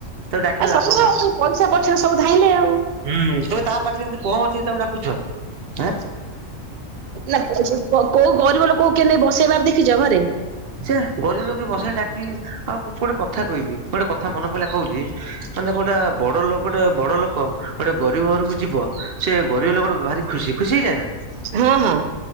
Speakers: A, on the right; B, on the right.
A: ତାକୁ ଡାକିଲେ
B: ଆଉ ସବୁ
A: ଲାଭ କଣ
B: ତ ପଛରେ ପଇସା ସବୁ ଧାଇଁଲେ ଆଉ।
A: ହୁଁ ତ ତା ପାଖରେ ଏମିତି କଣ ଅଛି ତାକୁ ଡାକୁଛ ହଁ।
B: ନା କୋଉ ଗରିବ ଲୋକକୁ କେ ନେଇ ବସେଇବାର ଦେଖିଛ ଘରେ।
A: ଛେ ଗରିବ ଲୋକେ ବସେଇ ଡାକିକି ଆଉ ଗୋଟେ କଥା କହିଲି ଗୋଟେ କଥ ଥା ମନେ ପିଇଲା କହୁଛି ମାନେ ଗୋଟେ ବଡ ଲୋକ ଟେ ଗୋଟେ ବଡ ଲୋକ ଗୋଟେ ଗରିବ ଘରକୁ ଯିବ। ସେ ଗରିବ ଲୋକ ଭାରି ଖୁସି ଖୁସି ହେଇଯାଏ ନା।
B: ହଁ ହଁ।